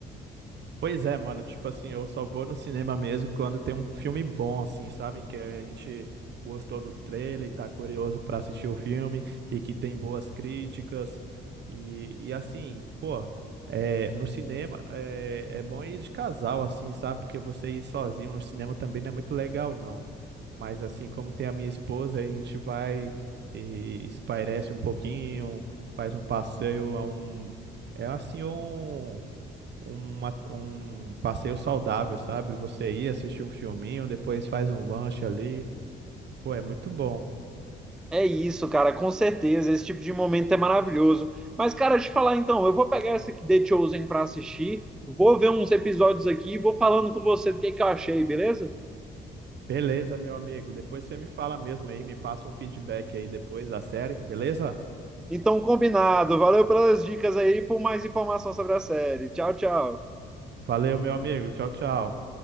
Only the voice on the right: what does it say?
Pois é, mano, tipo assim, eu só vou no cinema mesmo quando tem um filme bom, assim, sabe? Que a gente gostou do trailer e tá curioso pra assistir o filme e que tem boas críticas. E, e assim, pô, é, no cinema é, é bom ir de casal, assim, sabe? Porque você ir sozinho no cinema também não é muito legal, não. Mas assim, como tem a minha esposa, a gente vai e espairece um pouquinho, faz um passeio a um. É assim, um uma- um passeio saudável, sabe? Você ir assistir um filminho, depois faz um lanche ali. Pô, é muito bom.
Beleza, meu amigo. Depois você me fala mesmo aí, me passa um feedback aí depois da série, beleza?
Valeu, meu amigo. Tchau, tchau.